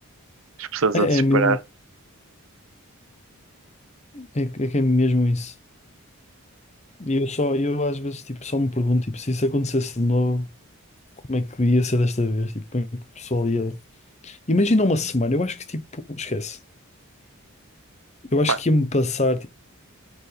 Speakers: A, on the right (about 65°); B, on the left (about 30°).
A: As pessoas
B: É,
A: a desesperar.
B: é mesmo, é, que é que é mesmo isso. E eu só, eu às vezes tipo, só me pergunto, tipo, se isso acontecesse de novo, como é que ia ser desta vez? Tipo, como é que o pessoal ia. Imagina uma semana, eu acho que tipo, esquece. Eu acho
A: Mano,
B: que ia-me passar tipo,